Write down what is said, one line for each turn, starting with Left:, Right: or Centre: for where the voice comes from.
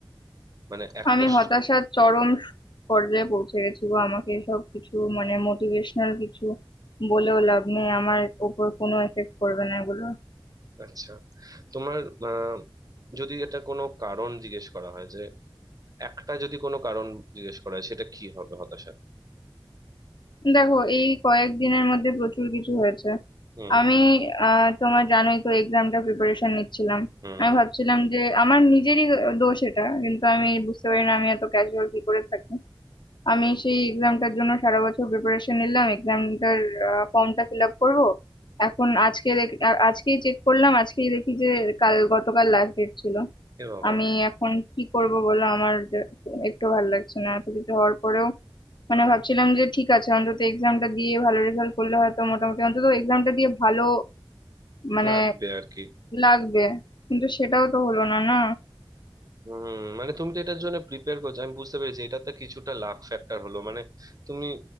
Right: মানে একটা
Left: আমি হতাশার চরম পর্যায়ে পৌঁছে গেছি গো আমাকে এসব কিছু মানে মোটিভেশনাল কিছু বলেও লাভ নেই আমার ওপর কোনো এফেক্ট করবে না এগুলো
Right: আচ্ছা তোমার আহ, যদি এটা কোনো কারণ জিজ্ঞেস করা হয় যে একটা যদি কোনো কারণ জিজ্ঞেস করা হয় সেটা কি হবে হতাশার
Left: দেখো এই কয়েকদিনের মধ্যে প্রচুর কিছু হয়েছে
Right: হুম
Left: আমি আহ তোমার জানোই তো এক্সামটা প্রিপারেশন নিচ্ছিলাম
Right: হুম
Left: আমি ভাবছিলাম যে আমার নিজেরই দোষ এটা কিন্তু আমি বুঝতে পারি না আমি এত ক্যাজুয়াল কি করে থাকি আমি সেই এক্সামটার জন্য সারা বছর প্রিপারেশন নিলাম এক্সামটার ফর্মটা ফিল আপ করবো এখন আজকে দেখ- আ- আজকেই চেক করলাম আজকেই দেখি যে কাল গতকাল লাস্ট ডেট ছিল
Right: এ বাবা
Left: আমি এখন কি করব বলো আমার যে- একটু ভালো লাগছে না এত কিছু হওয়ার পরেও মানে ভাবছিলাম যে ঠিক আছে অন্তত এক্সামটা দিয়ে ভালো রেজাল্ট করলে হয়তো মোটামুটি অন্তত এক্সামটা দিয়ে ভালো মানে
Right: লাগবে আর কি
Left: লাগবে কিন্তু সেটাও তো হলো না না
Right: হুম মানে তুমি তো এটার জন্য প্রিপেয়ার করছো আমি বুঝতে পেরেছি এটাতে কিছুটা লাক ফ্যাক্টর হলো মানে তুমি